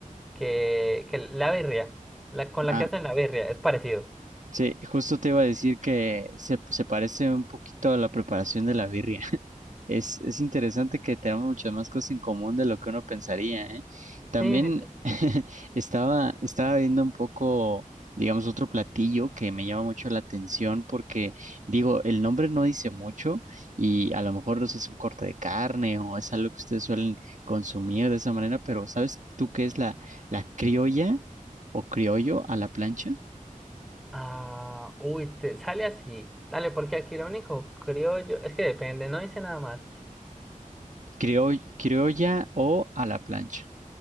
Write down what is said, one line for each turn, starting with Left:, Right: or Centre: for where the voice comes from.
Centre: que, que la birria, la, con la
Right: ah,
Centre: que hacen la birria, es parecido.
Right: sí, justo te iba a decir que se, se parece un poquito a la preparación de la birria. Es, es interesante que tenemos muchas más cosas en común de lo que uno pensaría, ¿eh? También
Centre: Sí, sí, sí.
Right: <laughs> estaba, estaba viendo un poco, digamos, otro platillo que me llama mucho la atención porque, digo, el nombre no dice mucho y a lo mejor no sé, es un corte de carne o es algo que ustedes suelen consumir de esa manera, pero ¿sabes tú qué es la, la criolla o criollo a la plancha?
Centre: Ah, uy, te sale así. Dale, porque aquí lo único criollo es que depende, no dice nada más.
Right: Crioll- criolla o a la plancha.